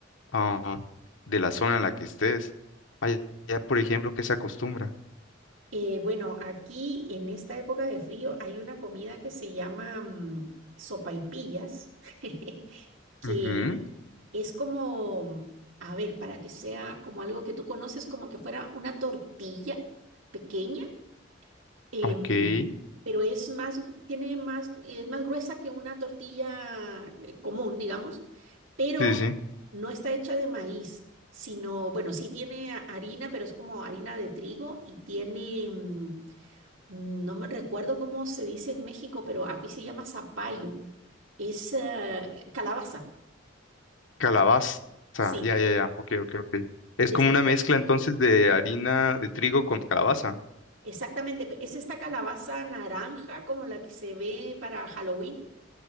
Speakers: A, on the left; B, on the right.
A: ah, de la zona en la que estés. Allá, por ejemplo, que se acostumbra?
B: Eh, bueno, aquí en esta época de frío hay una comida que se llama mm, sopaipillas, <laughs> que
A: Ujú,
B: Es como, a ver, para que sea como algo que tú conoces, como que fuera una tortilla pequeña, em,
A: Ok. Sí,
B: pero es más, tiene más, es más gruesa que una tortilla eh, común, digamos, pero
A: sí. sí.
B: no está hecha de maíz, sino, bueno, sí tiene a- harina, pero es como harina de trigo y tiene, mm, no me recuerdo cómo se dice en México, pero aquí se llama zapallo, es eh, calabaza,
A: Calabaza.
B: sí.
A: Ya, ya, ya. Ok, ok, ok. Es
B: De
A: como una mezcla entonces de harina de trigo con calabaza.
B: Exactamente, pe- es esta calabaza naranja como la que se ve para Halloween,